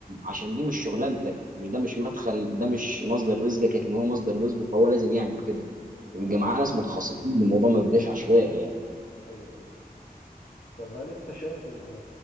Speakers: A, on the right; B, on the left.
A: عشان دي مش شغلانتك مش ده مش مدخل ده مش مصدر رزقك لكن هو مصدر رزقه فهو لازم يعمل كده
B: بالظبط
A: ويبقى معاه ناس متخصصين الموضوع ما يبقاش عشوائي يعني
B: ايوه ايوه طب هل انت شايف ان